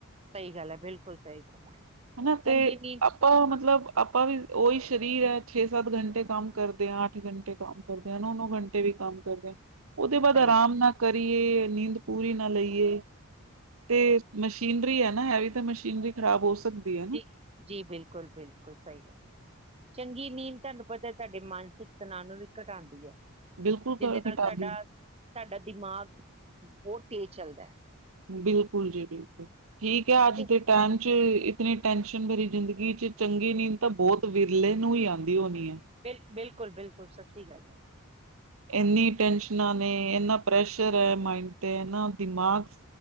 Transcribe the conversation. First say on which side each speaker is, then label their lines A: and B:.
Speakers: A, on the right (about 30°); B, on the right (about 70°).
A: ਸਹੀ ਗੱਲ ਹੈ ਬਿਲਕੁਲ ਸਹੀ ਗੱਲ ਹੈ
B: ਹਨਾ
A: ਚੰਗੀ
B: ਤੇ
A: ਨੀਂਦ
B: ਆਪਾਂ ਮਤਲਬ
A: ਹਾਂ
B: ਆਪਾਂ ਉਹੀ ਸਰੀਰ ਹੈ ਛੇ ਸੱਤ ਘੰਟੇ ਕੰਮ ਕਰਦੇ ਆ ਅੱਠ ਘੰਟੇ ਕੰਮ ਕਰਦੇ ਆ ਨੌ ਨੋ ਘੰਟੇ ਵੀ ਕੰਮ ਕਰਦੇ ਆ ਉਹਦੇ ਬਾਅਦ
A: ਸਹੀ
B: ਆਰਾਮ
A: ਗੱਲ
B: ਨਾਲ ਕਰੀ ਨੀਂਦ ਪੂਰੀ ਨਾ ਲਈਏ ਤੇ ਮਸ਼ੀਨਰੀ ਹੈ ਨਾ ਇਹ ਵੀ ਤਾਂ ਮਸ਼ੀਨਰੀ ਖਰਾਬ ਹੋ ਸਕਦੀ ਹੈ ਨਾ
A: ਜੀ ਜੀ ਬਿਲਕੁਲ ਬਿਲਕੁਲ ਸਹੀ ਗੱਲ ਹੈ ਚੰਗੀ ਨੀਂਦ ਤੁਹਾਨੂੰ ਪਤਾ ਤੁਹਾਡੇ ਮਾਨਸਿਕ ਤਣਾਅ ਨੂੰ ਵੀ ਘਟਾਉਂਦੀ ਹੈ
B: ਬਿਲਕੁਲ
A: ਜਿਹਦੇ
B: ਘ
A: ਨਾਲ
B: ਘਟਾਦੀ
A: ਸਾਡਾ ਸਾਡਾ ਦਿਮਾਗ ਹੋਰ ਤੇਜ਼ ਚੱਲਦਾ ਹੈ
B: ਬਿਲਕੁਲ ਜੀ ਬਿਲਕੁਲ ਠੀਕ ਹੈ ਅੱਜ
A: ਤੇ
B: ਦੇ ਟਾਈਮ ਚ ਇਤਨੀ ਟੈਨਸ਼ਨ ਮੇਰੀ ਜ਼ਿੰਦਗੀ ਚ ਚੰਗੇ ਨੀ ਤਾਂ ਬਹੁਤ ਵਿਰਲੇ ਨੂੰ ਹੀ ਆਉਂਦੀ ਹੋਣੀ ਹੈ
A: ਤੇ ਬਿਲਕੁਲ ਬਿਲਕੁਲ ਸੱਚੀ ਗੱਲ ਹੈ
B: ਇਨੀ ਟੈਸ਼ਨਾਂ ਨੇ ਇਨਾ ਪ੍ਰੈਸ਼ਰ ਹੈ ਮਾਇੰਡ ਤੇ ਇਹਨਾ ਦਿਮਾਗ